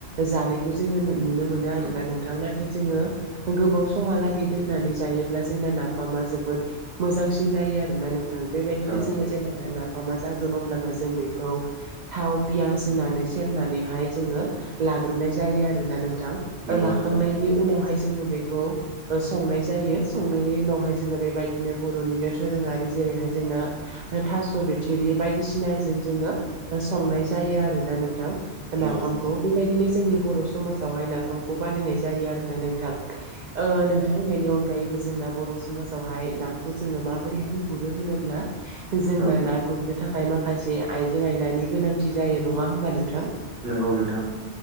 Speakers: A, on the right; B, on the right.
A: जानायखौ जोङो नुनो मोनो। आरोना
B: औ
A: नोंथां नाथाय जोङो गोबाव समहालागै दोनानै जा योब्ला जों नाफा जोबो मोजांसिन जायो आरोना नोंथां बेबायदिनो
B: औ
A: जों जेब्ला मा मा जागोन अब्लानो जों बेखौ थाव पियास होनानै सेरनानैहाय जोङो लाग्रोनाय जायो आरोना नोंथां
B: नंगौ
A: लाखांनायनि
B: नोंथां
A: उनावहाय जोङो बे खौ ओसनाय जायो सनायनि उनाव जो बेबाय दिनो बर'निनो दोरोङारि जेरैहाय जोंना। थास' बिथरि बायदिसिनाजों जोङो संनाय जायो आरोना नोंथां।
B: नंगौ
A: नाफामखौ
B: नोंथां
A: बेबायदिनो जोंनि बर' समाजावहाय नाफामखौ बानायनाय जायो आरो ना नोंथां? ओ नोंथां बेनि अनगायैबो जोंना बर' समाजावहाय नाखौ जोङो माबोरै गुरो होनोब जों
B: औ
A: ना गुरनो थाखाय माखासे आइजें-आयलानि गोनांथि जायो नङा होमबा नोंथां।
B: नंगौ नोंथां